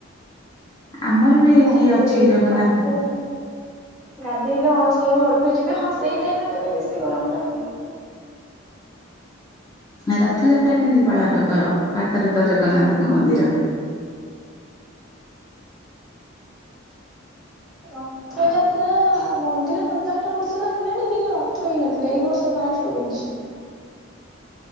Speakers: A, on the left (about 20°); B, in the centre.
A: ଆମର ବି
B: ତାପରେ
A: ଏଠି ଅଛି ଜଗନ୍ନାଥ
B: ଠାକୁର ଗାଧେଇଲେ ଅଣସର ଘରକୁ ଯିବେ ହଁ ସେଇ ଟାଇମ ରେ ତ ଟିକେ ବେଶୀ ଗରମ ଟା ହୁଏ।
A: ରଥଯାତ୍ରା କେମିତି ପାଳନ କର ପାଖରେ ତ ଜଗନ୍ନାଥଙ୍କ ମନ୍ଦିର?
B: ରଖ ରଥଯାତ୍ରା ମନ୍ଦିର ସାତ ଆଠ ବର୍ଷର ହେଲାଣି କିନ୍ତୁ ରଥ ହେଇନଥିଲା ଏଇ ବର୍ଷ ପାଷ୍ଟ ହଉଛି।